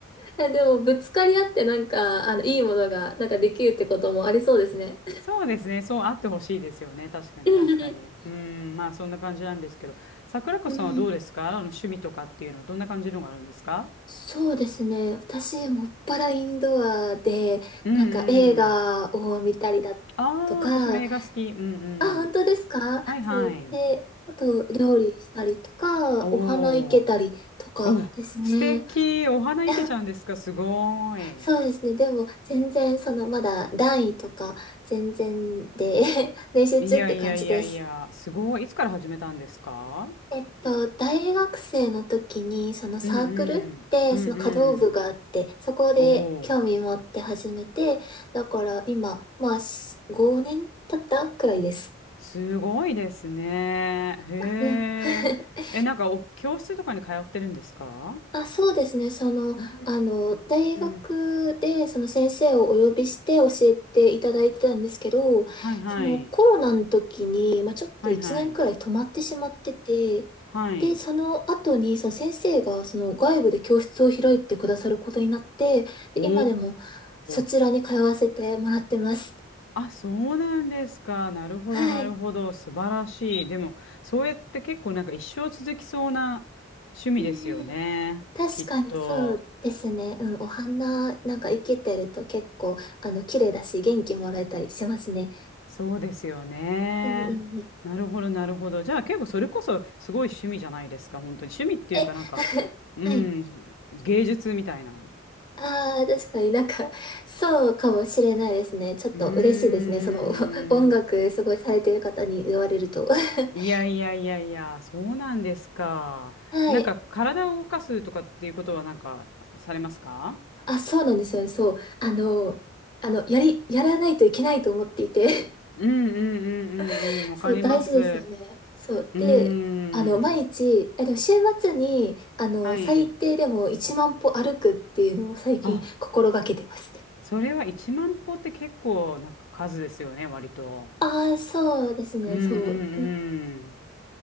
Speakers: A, on the left (about 25°); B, on the left (about 70°).
A: え、でも、ぶつかり合ってなんか、あの、いいものが、なんかできるってこともありそうですね。
B: そうですね。そうあってほしいですよね。確かに、
A: <laughs>
B: 確かに。うーん、まあそんな感じなんですけど、桜子さんはどうですかあの趣味とかっていうのはどんな感じのがあるんですか
A: うん、<laughs> そうですね。私、もっぱらインドアで、
B: うん
A: なんか映画を見たりだとか、
B: うん。ああ、私も映画好き。うん
A: あ、本当ですかそう。
B: うん。はいはい。
A: で、あと、料理したりとか、
B: おー
A: お花生けたりとかですね。
B: お、素敵。お花いけちゃうんですかすごーい。
A: あそうですね。でも、全然、その、まだ段位とか、全然で、<laughs> 練習中って感じです。
B: いやいやいやいや、すごい。いつから始めたんですか
A: えっと、大学生の時に、そのサークルってその華道部があって、
B: うんうん。うんうん。
A: そこで興味持って始めて、
B: おお。
A: だから今、まあ、し5年経ったくらいです。
B: すごいですね。へえ。
A: あ、でも <laughs>
B: え、なんかお、教室とかに通ってるんですか
A: あ、そうですね。その、
B: うー
A: あの、大学で、
B: ん。
A: その先生をお呼びして教えていただいてたんですけど、
B: はいはい。
A: そのコロナの時に、まあ、ちょっと1年くらい止まってしまってて、
B: はいはい。はい。
A: で、その後に、その先生が、その外部で教室を開いてくださることになって、で今でもそちらに通わせてもらってます。
B: おー。あ、そうなんですか。なるほど、
A: はい。
B: なるほど。素晴らしい。でも、そうやって結構なんか一生続きそうな趣味ですよね。
A: うんうん確かにそうですね。
B: きっと。
A: うん、お花なんか生けてると結構、あの、綺麗だし、元気もらえたりしますね。
B: そうですよね。
A: うんうんうん。
B: なるほど、なるほど。じゃあ結構それこそすごい趣味じゃないですか、本当に。趣味っていうかなんか、
A: え、<laughs>
B: うん、
A: はい。
B: 芸術みたいな。
A: ああ、確かになんか、そうかもしれないですね。ちょっと嬉しいですね。
B: うーん。
A: その、<laughs> お音楽すごいされてる方に言われると。<laughs>
B: いやいやいやいや、そうなんですか。
A: はい。
B: なんか体を動かすとかっていうことはなんかされますか
A: あ、そうなんですよね。そう。あの、あの、やり、やらないといけないと思っていて。
B: うんうんうんうんうん、
A: <laughs>
B: わかります。
A: そう、大事ですよね。
B: う
A: そう。
B: ーん。
A: で、あの、毎日、え、でも週末に、あの、
B: はい。
A: 最低でも1万歩歩くっていうのを最近心がけてます。
B: あ、それは1万歩って結構な数ですよね、割と。
A: ああ、そうですね。
B: うんうんうん。
A: そう。